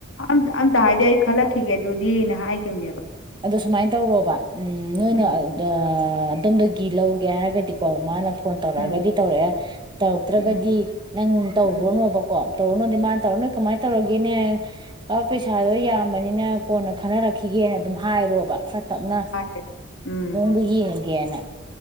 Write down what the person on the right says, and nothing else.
ꯑꯗꯨ ꯁꯨꯃꯥꯏꯅ ꯇꯧꯔꯣꯕ ꯎꯝ ꯅꯣꯏꯅ
ꯑꯗ ꯑꯥ ꯑꯗꯣꯝꯗꯒꯤ ꯂꯧꯒꯦ ꯍꯥꯏꯔꯒꯗꯤꯀꯣ ꯃꯥꯅ ꯐꯣꯟ ꯇꯧꯔꯛꯑꯒꯗꯤ
ꯇꯧꯔꯛꯑꯦ ꯇꯧꯔꯛꯇ꯭ꯔꯒꯗꯤ
ꯅꯪ ꯇꯧꯔꯨꯅꯣꯕꯀꯣ
ꯇꯧꯔꯨꯅꯨꯗꯤ ꯃꯥꯅ ꯇꯧꯔ ꯅꯣꯏ ꯀꯃꯥꯏꯅ ꯇꯧꯔꯒꯦꯅꯦ ꯑ ꯄꯩꯁꯥꯗꯣ ꯌꯥꯝꯕꯅꯤꯅ ꯀꯣꯟꯅ ꯈꯟꯅꯔꯛꯈꯤꯒꯦꯅ ꯑꯗꯨꯝ ꯍꯥꯏꯔꯣꯕ ꯇꯞꯅ
ꯃꯑꯣꯗꯣ ꯌꯦꯡꯉ ꯌꯦꯅ